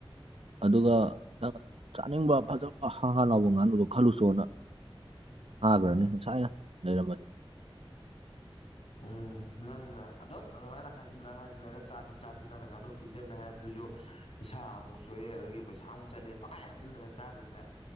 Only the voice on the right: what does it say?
ꯑꯗꯨꯒ ꯅꯪ ꯆꯥꯅꯤꯡꯕ ꯐꯖꯕ ꯍꯥ ꯍꯥ ꯂꯥꯎꯕ ꯉꯥꯅꯨꯗꯣ ꯈꯜꯂꯨꯁꯅ ꯊꯥꯈ꯭ꯔꯅꯤ ꯉꯁꯥꯏꯅ ꯂꯩꯔꯝꯃꯗꯤ